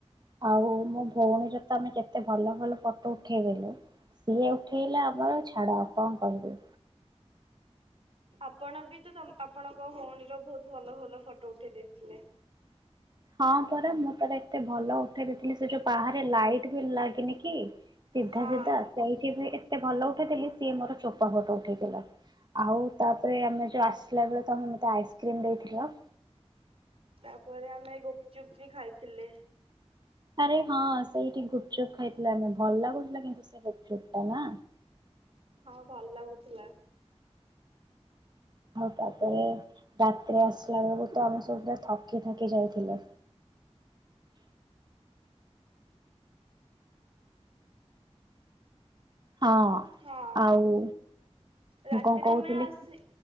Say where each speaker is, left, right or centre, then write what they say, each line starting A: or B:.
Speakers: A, on the right (about 40°); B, on the right (about 55°).
A: ଆଉ ମୋ ଭଉଣୀର ତମେ କେତେ ଭଲ ଭଲ ଫଟୋ ଉଠେଇ ଦେଲ ସିଏ ଉଠେଇଲା ବେ ଛାଡ କଣ କହିବି?
B: ଆପଣ ବି ତ ଆପଣଙ୍କ ଭଉଣୀର ବହୁତ ଭଲ ଭଲ ଫଟୋ ଉଠେଇ ଦେଇଥିଲେ।
A: ହଁ ପରା ମୁଁ ତାର ଏତେ ଭଲ ଉଠେଇ ଦେଇଥିଲି ସେ ଯୋଉ ବାହାରେ ଲାଇଟ। ଲାଗିନି କି ସିଧା
B: ହଁ
A: ସିଧା ସେଇଠି ବି ଏତେ ଭଲ ଉଠେଇଥିଲି ସିଏ ମୋର ଚୋପା ଫଟ ଉଠେଇଥିଲା ଆଉ ତାପରେ ଆମେ ଯୋଉ ଆସିଲା ବେଳେ ତମେ ମତେ ଆଇସ୍କ୍ରିମ ଦେଇଥିଲ।
B: ତାପରେ ଆମେ ଗୁପଚୁପ ବି ଖାଇଥିଲେ।
A: ଆରେ ହଁ ସେଇଠି ଗୁପଚୁପ ଖାଇଥିଲେ ଆମେ ଭଲ ଲାଗୁଥିଲା କିନ୍ତୁ ସେ ଗୁପଚୁପ ଟା ନା।
B: ହଁ ଭଲ ଲାଗୁଥିଲା।
A: ହଉ ତାପରେ ରାତ୍ରିରେ ଆସିଲା ବେଳକୁ ତ ଆମ ତ ପୁରା ଥକି ଥକି ଯାଇଥିଲେ। ହଁ
B: ହଁ।
A: ଆଉ ମୁଁ
B: ରାତିରେ
A: କଣ କହୁଥିଲି
B: ଆମେ ଆସି
A: କି?